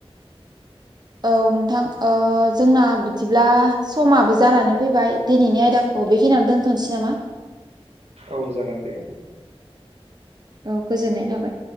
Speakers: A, on the right; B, on the right.
A: औ नोंथां ओ जोंना बिदिब्ला समाबो जानानै फैबाय दिनैनि आयदाखौ औ बेखिनियावनो दोनथ'नोसै नामा?
B: औ जागोन दे
A: औ गोजोननाय थाबाय